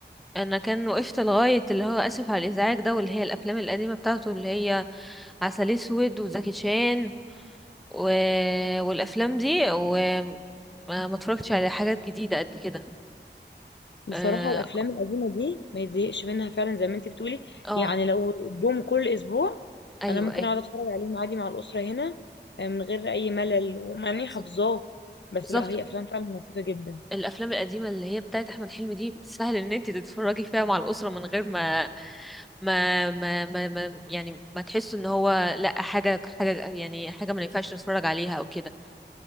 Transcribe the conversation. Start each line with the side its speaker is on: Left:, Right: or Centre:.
Centre: انا كان وقفت لغايه اللي هو اسف على الازعاج ده واللي هي الافلام القديمه بتاعته اللي هي عسل اسود وزكي شان و... والافلام دي وما ما اتفرجتش على حاجات جديده قد كده
Left: بصراحة
Centre: اه
Left: الأفلام القديمة دي ما يتزهقش منها فعلا زي ما انتي بتقولي
Centre: آه،
Left: يعني لو جم كل أسبوع
Centre: ايوه
Left: أنا ممكن
Centre: ايوه
Left: أقعد أتفرج عليهم عادي مع الأسرة هنا آه، من غير أي ملل ومع إني حافظاه
Centre: بالظبط
Left: بس
Centre: بالظبط.
Left: لا هي أفلام فعلا لطيفة جدا
Centre: الافلام القديمه اللي هي بتاعت احمد حلمي دي سهل ان انت تتفرجي فيها مع الاسره من غير ما ما ما, ما... ما... يعني ما تحسوا ان هو لا حاجه حاجه يعني حاجه ما ينفعش نتفرج عليها او كده